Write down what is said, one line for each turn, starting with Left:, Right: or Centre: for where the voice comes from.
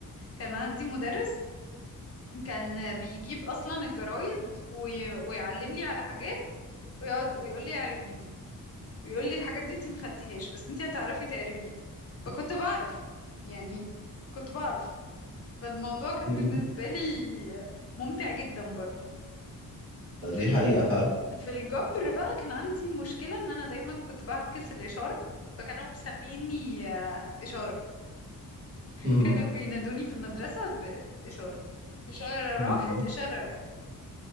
Left: كان عندي مدرس كان بيجيب اصلا الجرايد وي- ويعلم لي على حاجات ويقعد ويقول لي اعربيهم ويقول لي الحاجات دي انتي ما خدتيهاش بس انتي هتعرفي تقربيها فكنت بعرف يعني كنت بعرف فالموضوع كان
Right: مم.
Left: بالنسبة لي ممتع جدا برضو في
Right: دي
Left: ال...
Right: حقيقة فعلا
Left: في الجبر بقى كان عندي مشكلة ان انا دايما كنت بعكس الإشارة فكانوا مسميني آه، إشارة
Right: مم.
Left: كانوا بينادوني في المدرسة بإشارة إشارة راحت
Right: مم.
Left: إشارة رجعت